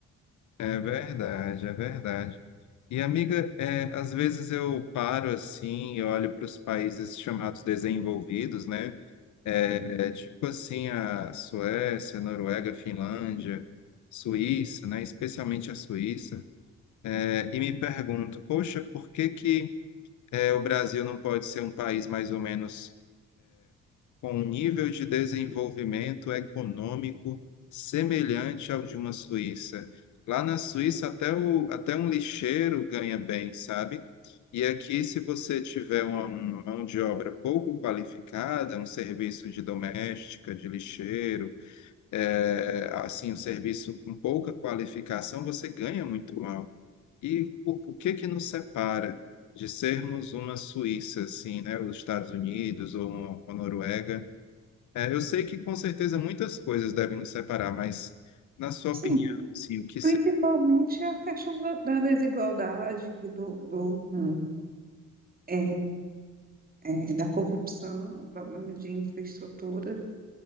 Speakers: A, on the left; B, on the right.
A: É verdade, é verdade. E, amiga, é, às vezes eu paro assim e olho para os países chamados desenvolvidos, né? É, é tipo assim, a Suécia, Noruega, Finlândia, Suíça, né? Especialmente a Suíça. É, e me pergunto, poxa, por que que é, o Brasil não pode ser um país mais ou menos com um nível de desenvolvimento econômico semelhante ao de uma Suíça. Lá na Suíça, até, o, até um lixeiro ganha bem, sabe? E aqui, se você tiver uma, uma mão de obra pouco qualificada, um serviço de doméstica, de lixeiro, é, assim, um serviço com pouca qualificação, você ganha muito mal. E o, o que que nos separa de sermos uma Suíça, assim, né? Os Estados Unidos ou uma uma Noruega? É, eu sei que com certeza muitas coisas devem nos separar, mas na sua
B: Sim,
A: opinião, assim, o que
B: principalmente
A: se-
B: a questão da, da desigualdade, do, do, hum, é, é, da corrupção, problema de infraestrutura.